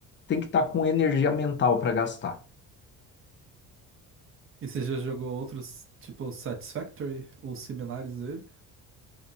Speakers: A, on the left; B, on the right.
A: tem que estar com energia mental para gastar.
B: E você já jogou outros, tipo Satisfactory ou similares dele?